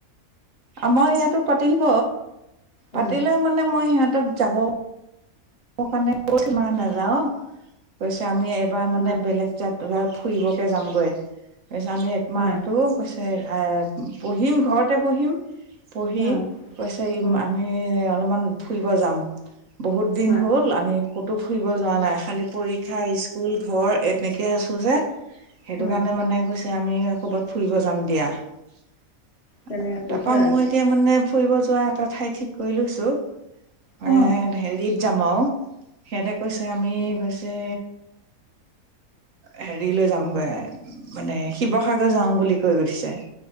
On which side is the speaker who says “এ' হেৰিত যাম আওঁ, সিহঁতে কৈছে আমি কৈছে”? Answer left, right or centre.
Right